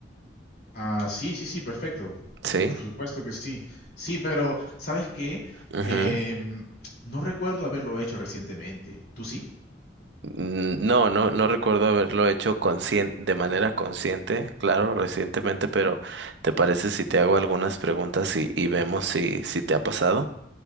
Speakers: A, on the left; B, on the right.
A: Ah, sí, sí, sí, perfecto.
B: Sí.
A: Por supuesto que sí. Sí, pero ¿sabes qué?
B: Ujú.
A: Em, no recuerdo haberlo hecho recientemente. ¿Tú sí?
B: Mm, No, no, no recuerdo haberlo hecho conscien- de manera consciente, claro, recientemente, pero ¿te parece si te hago algunas preguntas y, y vemos si, si te ha pasado?